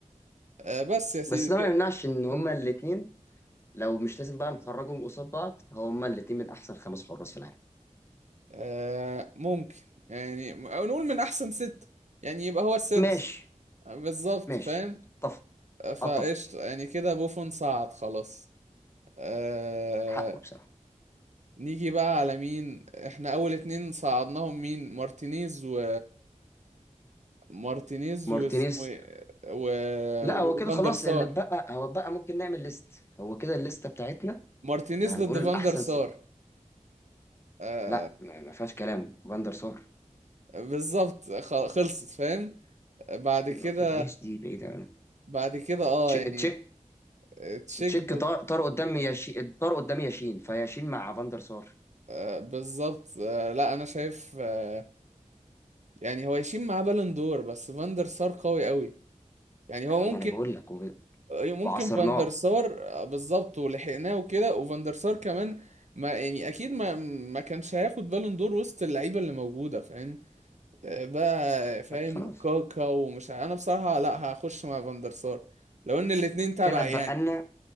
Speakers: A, on the right; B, on the left.
A: آه بس يا سيدي
B: بس
A: كده
B: ده ما يمنعش ان هما
A: مم.
B: الاثنين لو مش لازم بقى نخرجهم قصاد بعض هما الاثنين من احسن خمس حراس في العالم
A: آه ممكن يعني م- أو نقول من احسن ستة يعني يبقى هو السادس
B: ماشي
A: آه، بالظبط
B: ماشي
A: فاهم
B: اتفق
A: آه، فقشطة
B: اتفق
A: يعني كده بوفون صعد خلاص آه
B: حقه بصراحه
A: نيجي بقى على مين احنا اول اتنين صعدناهم مين مارتينيز و مارتينيز
B: مارتينيز
A: واسمه ايه و...
B: لا
A: و-
B: هو كده
A: وفاندر
B: خلاص
A: سار
B: اللي اتبقى هو اتبقى ممكن نعمل ليست هو كده الليسته بتاعتنا
A: مارتينيز
B: اللي هنقول
A: ضد فاندر
B: احسن
A: سار
B: س...
A: آه
B: لا ما ما فيهاش كلام فاندر سار
A: بالظبط خ- خلصت فاهم بعد
B: ما
A: كده
B: فيهاش دي بعيده أوي.
A: بعد كده اه
B: تشيك
A: يعني آه، تشيك
B: تشيك
A: ضد
B: طار, طار قدام ياشين طار قدام ياشين فياشين مع فاندر سار
A: آه بالظبط آه لا انا شايف آه يعني هو يشيل معاه بالون دور بس فاندر سار قوي قوي يعني هو
B: انا
A: ممكن
B: ما انا بقول لك وب-
A: ممكن
B: وعصرناه
A: فاندر سار آه، بالظبط ولحقناه وكده وفاندر سار كمان ما يعني اكيد ما ما كانش هياخد بالون دور وسط اللعيبه اللي موجوده فاهم بقى فاهم
B: خلاص
A: كاكا ومش ع- انا بصراحة لا هخش مع فاندر سار لو ان الاتنين تبع
B: كده اتبقى
A: يعني
B: لنا